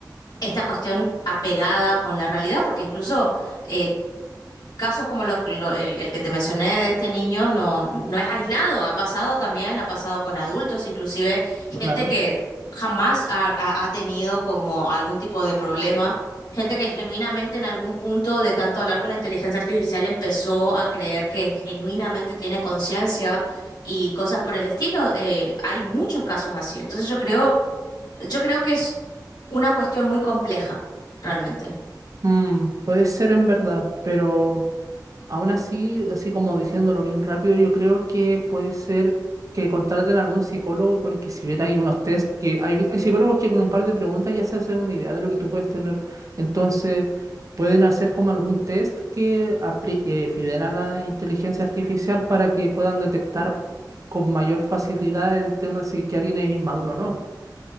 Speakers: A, on the left; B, on the right.
A: esta cuestión apegada con la realidad, porque incluso eh, casos como lo- lo- el, el que te mencioné de este niño no, no es aislado, ha pasado también, ha pasado con adultos, inclusive
B: claro.
A: gente que jamás ha, ha- ha tenido como algún tipo de problema. Gente que genuinamente en algún punto de tanto hablar con la inteligencia artificial empezó a creer que genuinamente tiene conciencia y cosas por el estilo. Eh, hay muchos casos así. Entonces yo creo yo creo que es una cuestión muy compleja, realmente.
B: Mm, puede ser en verdad, pero Aún así, así como diciéndolo bien rápido, yo creo que puede ser que contraten a algún psicólogo porque si bien hay unos test que hay, hay psicólogos que con un par de preguntas ya se hacen una idea de lo que tú puedes tener, entonces pueden hacer como algún test que aplique, fidel a la inteligencia artificial para que puedan detectar con mayor facilidad el tema de si que alguien es inmaduro o no.